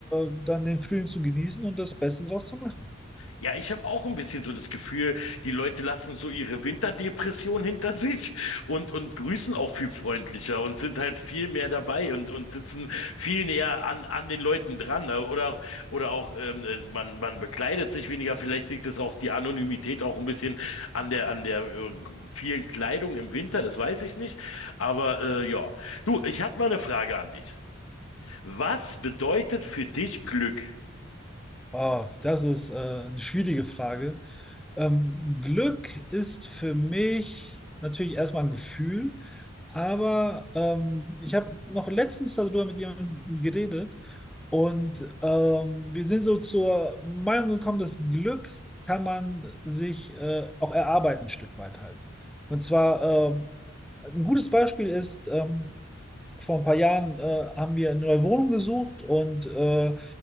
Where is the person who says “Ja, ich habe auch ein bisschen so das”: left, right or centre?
Left